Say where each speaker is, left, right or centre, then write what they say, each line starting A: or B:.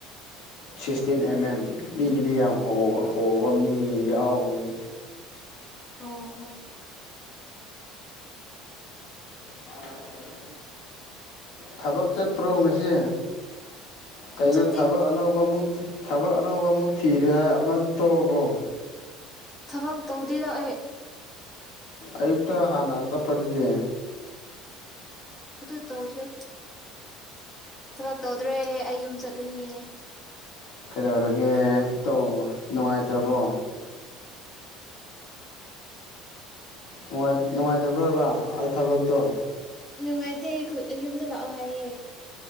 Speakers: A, on the left; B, on the left.
A: ꯁꯤꯛꯁꯇꯤꯟ ꯑꯦꯝ ꯑꯦꯝ ꯃꯤꯒꯤꯗꯤ ꯌꯥꯝ ꯍꯣꯕ ꯍꫭꯕ ꯃꯤ ꯌꯥꯎꯋꯏ
B: ꯑꯣ- ꯑꯣ꯫
A: ꯑꯥꯏ ꯊꯕꯛ ꯆꯠꯇ꯭ꯔꯣ ꯉꯁꯤ? ꯀꯩꯅꫭ
B: ꯆꯠꯇꯦ
A: ꯊꯕꯛ ꯑꯅꯧꯕ ꯑꯃꯨꯛ ꯊꯤ ꯊꯕꯛ ꯑꯅꯧꯕ ꯑꯃꯨꯛ ꯊꯤꯔꯦ ꯍꯥꯏ ꯑꯃꯗꯨ ꯇꯣꯛꯑꯕꯣ?
B: ꯊꯕꯛ ꯇꯧꯗꯦꯗ ꯑꯩ꯫
A: ꯑꯌꯨꯛꯇ ꯍꯥꯟꯅ ꯆꯠꯄꯗꯨꯗꯤ?
B: ꯑꯗꯨ ꯇꯧꯗ꯭ꯔꯦ꯫ ꯊꯕꯛ ꯇꯧꯗ꯭ꯔꯦ ꯑꯩ ꯌꯨꯝ ꯆꯠꯂꯅꯤ ꯫
A: ꯀꯩꯗꯧꯔꯒꯦ ꯇꯧꯕ ꯅꯨꯡꯉꯥꯏꯇ꯭ꯔꯕꯣ? ꯅꯨꯡꯉꯥꯏ ꯅꯨꯡꯉꯥꯏꯇꯕ꯭ꯔꯣ ꯍꯥꯏꯕ ꯑ ꯊꯕꯛꯇꯣ?
B: ꯅꯨꯡꯉꯥꯏꯇꯦ ꯈꯨ ꯑ ꯌꯨꯝꯗ ꯂꯥꯛꯑꯣ ꯍꯥꯏꯌꯦ꯫